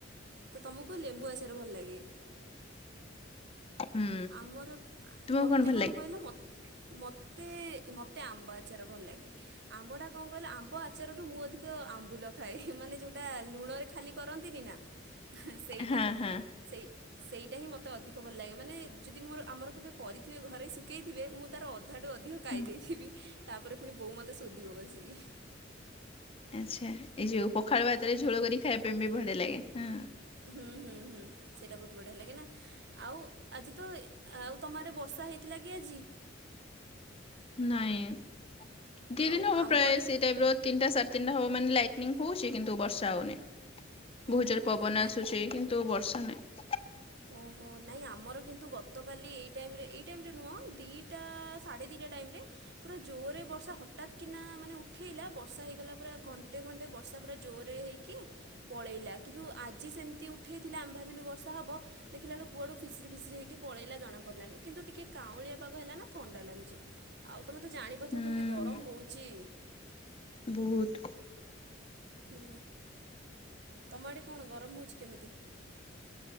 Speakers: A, on the right; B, on the left.
A: ତ ତମକୁ ଲେମ୍ବୁ ଆଚରେ ଭଲ ଲାଗେ।
B: ହୁଁ
A: ଆମର
B: ତୁମକୁ
A: ମତେ
B: ଭଲ
A: କଣ
B: ଲାଗେ
A: କହିଲା ମ ମତେ ମତେ ଆମ୍ବ ଆଚାର ଭଲ ଲାଗେ ଆମ୍ବ ଟା କଣ କହିଲ ଆମ୍ବ ଆ ଆଚାର ଠୁ ମୁଁ ଅଧିକ ଆମ୍ବୁଲ। ଖା ଏ ମାନେ ଯୋଉ। ଲୁଣରେ ଖାଲି କରନ୍ତିନି ନା ସେଇଟା
B: ହଁ ହଁ
A: ସେଇ ସେଇଟା ହିଁ ମତେ ଅଧିକ ଭଲ ଲାଗେ। ମାନେ ଯଦି ମୋର ଆମର କେବେ କରିଥିବେ ଘରେ ଶୁଖେଇଥିବେ ମୁଁ ତାର ଅ - ଅ ଧା ଠୁ ଅଧିକ
B: ହୁଁ।
A: ଖାଇ ଦେଇଥିବି। ତାପରେ ପୁଣି ବୋଉ ମତେ ଶୋଧିବ କସିକି।
B: ଆଚ୍ଛା ଏଇ ଯୋଉ ପଖାଳ ଭାତରେ ଝୋଳ କରି ଖାଇବା ପାଇଁ ବି ବଢ଼ିଆ ଲାଗେ। ହଁ
A: ହୁଁ ହୁଁ ହୁଁ ସେଇଟା ବହୁତ ବଢିଆ ହେଲା କି ନା ଆଉ ଆଜି ତ ଆଉ ତମାଆଡେ ବର୍ଷା ହେଇଥିଲା କି ଆଜି?
B: ନାଇଁ। ଦିଇ
A: ଆଉ
B: ଦିନ ହବ
A: ଆମ
B: ପ୍ରାୟ
A: ଆଡ଼େ
B: ସେଇ ଟାଇପର ତିନଟା ସାଢ଼େ ତିନିଟା ହବ ମାନେ ଲାଇ - ନିଂ ହଉଛି କିନ୍ତୁ ବର୍ଷା ହଉନି। ଭହୁତ
A: ଓହୋ
B: ଜୋର ରେ ପବନ
A: ନାଇଁ
B: ଆସୁଛି କିନ୍ତୁ ବର୍ଷ- ନାଇ।
A: ଓହୋ ନାଇଁ ଆମର- କିନ୍ତୁ ଗତକାଲି ଏଇ ଟାଇମ ରେ ଏଇ- ଏ ଟାଇମ ରେ ନୁଁଅ। ଦିଇଟା ସାଢ଼େ ଦିଇଟା ଟାଇମ୍ ରେ। ପୁରା ଜୋରରେ ବର୍ଷା ହଟାତ୍ କିନା ମାନେ ଉଠେଇଲା ବର୍ଷା ହେଇଗଲା ପୁରା ଘଣ୍ଟେ ଘଣ୍ଟେ ପୁରା ଜୋରରେ ହେଇକି ପଳେଇଲା କିନ୍ତୁ ଆଜି ସେମିତି ଉଠେଇଲା ଆମେଭାବିଲୁ ବର୍ଷା ହବ। ଦେଖିଲାବେଳକୁ କୁଆଡୁ ଫିସିରି ଫିଶିରିହେଇକି ପଳେଇଲା ଜଣାପଡିଲାନି କିନ୍ତୁ ଟିକେ କାଉଁଳିଆ ପାଗ ହେଲା ନା। ଥଣ୍ଡା ଲାଗୁଛି ଆଉ ତମେ ତ ଜାଣିପାରୁଥିବ
B: ହୁଁ।
A: କେମିତି ଗରମ ହଉଛି।
B: ବହୁତ
A: ହୁଁ ତମ ଆଡେ କଣ ଗରମ ହଉଛି କେମିତି।